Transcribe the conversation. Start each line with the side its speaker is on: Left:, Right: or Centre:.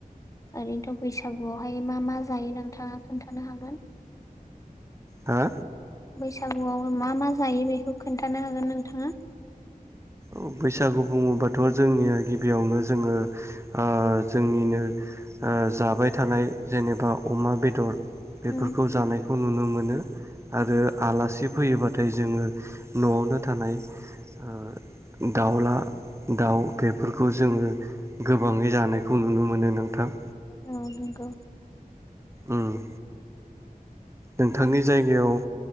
Left: ओरैनोथ बैसागुआवहाय मा मा जायो नोंथाङा खोन्थानो हागोन‌।
Right: हो
Left: बैसागुआव मा मा जायो बेखौ खोन्थानो हागोन नोंथाङा।
Right: अ बैसागु बुङोबाथ जोंनिया गिबियावनो जोङो ओ जोंनिनो ओ जाबाय थानाय जेनेबा अमा बेदर। बेफोरखौ
Left: उम
Right: जानायखौ नुनो मोनो। आरो आलासि फैयोबाथाय जोङो नआवनो थानाय ओ दाउला दाउ बेफोरखौ जोङो गोबाङै जानायखौ नुनो मोनो नोंथां।
Left: औ नंगौ।
Right: उम नोंथांनि जायगायाव